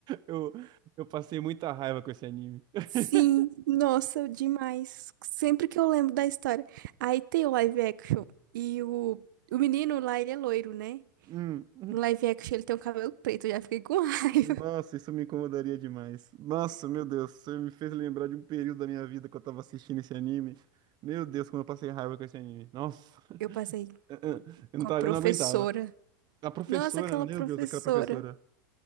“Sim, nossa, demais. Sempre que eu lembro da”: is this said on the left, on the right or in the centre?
Right